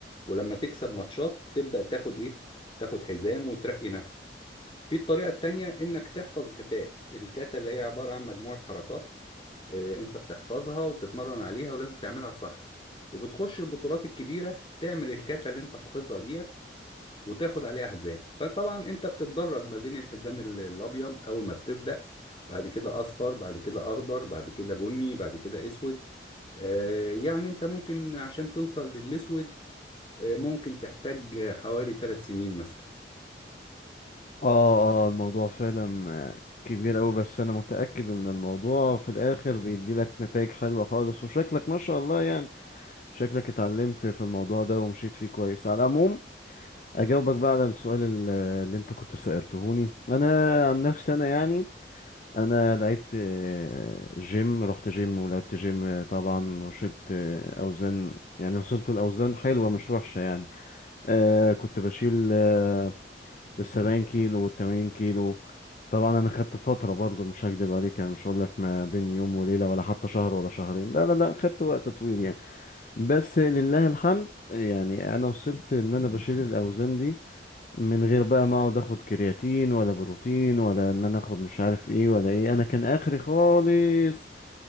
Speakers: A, on the left; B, on the left.
A: ولما تكسب ماتشات تبدأ تاخد إيه؟ تاخد حزام وترقي نفسك. في الطريقة التانية إنك تحفظ كتات، الكاتا اللي هي عبارة عن مجموعة حركات آه، أنت بتحفظها وبتتمرن عليها ولازم تعملها صح. وبتخش البطولات الكبيرة تعمل الكاتا اللي أنت حافظها دي وتاخد عليه احزام فطبعا انت بتتدرج ما بين الحزام ال- الابيض اول ما بتبدا بعد كده اصفر بعد كده اخضر بعد كده بني بعد كده اسود آه يعني انت ممكن عشان توصل للاسود آه ممكن تحتاج حوالي ثلاث سنين مثلا
B: اه اه الموضوع فعلا آه، كبير أوي بس انا متأكد ان الموضوع في الاخر بيدي لك نتائج حلوة خالص وشكلك ما شاء الله يعني شكلك اتعلمت في الموضوع ده ومشيت فيه كويس على العموم اجاوبك بقى على السؤال ال- اللي انت كنت سألتهوني انا عن نفسي انا يعني انا لعبت آه، جيم رحت جيم ولعبت جيم آه، طبعا وشلت آه، اوزان يعني وصلت الاوزان حلوه مش وحشه يعني آه كنت بشيل آه السبعين كيلو والتمانين كيلو طبعا انا خدت فتره برضو مش هكدب عليك يعني مش هقول لك ما بين يوم وليله ولا حتى شهر ولا شهرين لا لا لا خدت وقت طويل يعني بس لله الحمد يعني انا وصلت ان انا بشيل الاوزان دي من غير بقى ما اقعد اخد كرياتين ولا بروتين ولا ان انا اخد مش عارف ايه ولا ايه انا كان اخري خالص